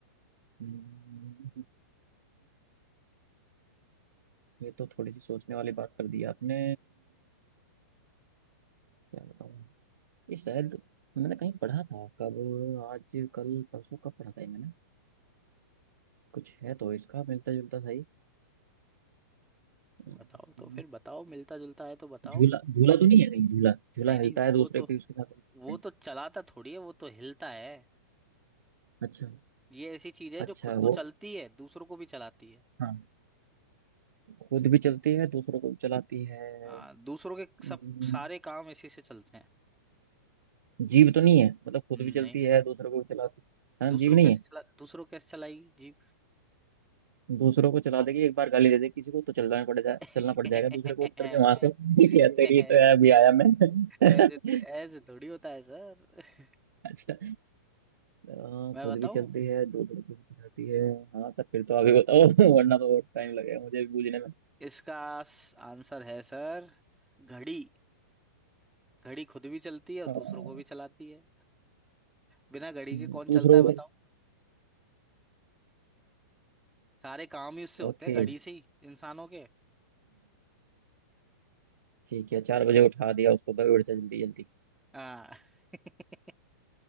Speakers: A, on the right; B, in the centre.
A: हम्म, ये तो थोड़ी सी सोचने वाली बात कर दी आपने क्या बताऊं ये शायद मैंने कहीं पढ़ा था कब आज कल परसों कब पढ़ा था ये मैंने कुछ है तो इसका मिलता जुलता था ही
B: बताओ
A: हम्म,
B: तो फिर बताओ मिलता जुलता है तो बताओ
A: झूला झूला तो नहीं है नहीं झूला झूला
B: नहीं नहीं
A: हिलता है दूसरे
B: वो तो
A: पे उसके साथ हिलते
B: वो
A: हैं।
B: तो चलाता थोड़ी है वो तो हिलता है
A: अच्छा
B: ये ऐसी चीज है
A: अच्छा
B: जो खुद तो
A: वो
B: चलती है दूसरों को भी चलाती है
A: हाँ खुद भी चलती है दूसरों को भी चलाती है
B: हाँ दूसरों के
A: हम्म,
B: सब सारे काम इसी से चलते हैं
A: जीभ तो नहीं है मतलब खुद
B: नहीं
A: भी चलती है दूसरों को भी चलाती है हाँ
B: दूसरों
A: जीभ नहीं
B: कैसे
A: है
B: चला दूसरों कैसे चलाएगी जीप
A: दूसरों को चला देगी एक बार गाली दे दे किसी को तो चलना पड़ जाए
B: <laughs>
A: चलना पड़ जाएगा दूसरे को उठ करके
B: नहीं
A: वहां से <laughs> क्या तेरी
B: ऐसे
A: तो है अभी आया मैं
B: ऐसे
A: <laughs>
B: थोड़ी होता है सर
A: अच्छा हाँ,
B: मैं
A: खुद
B: बताऊं
A: भी चलती है दूसरों को भी चलाती है हाँ सर फिर तो अभी बताओ <laughs> वरना तो टाइम लगेगा मुझे भी बूझने में
B: इसका स- आंसर है सर घड़ी घड़ी खुद भी चलती है और
A: हाँ,
B: दूसरों को भी चलाती है बिना घड़ी
A: हम्म,
B: के कौन
A: दूसरों
B: चलता है बताओ
A: को
B: सारे काम ही उससे होते
A: ओके
B: हैं घड़ी से ही इंसानों के
A: ठीक है चार बजे उठा दिया उसको भाई उठ जा जल्दी जल्दी
B: हाँ <laughs>